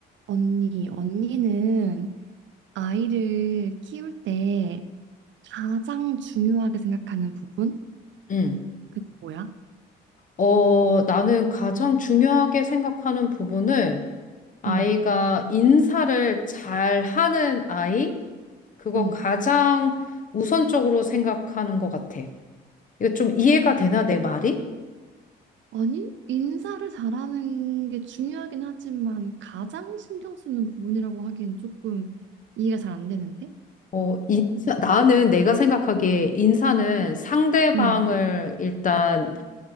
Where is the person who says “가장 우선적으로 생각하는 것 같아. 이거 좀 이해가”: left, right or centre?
Left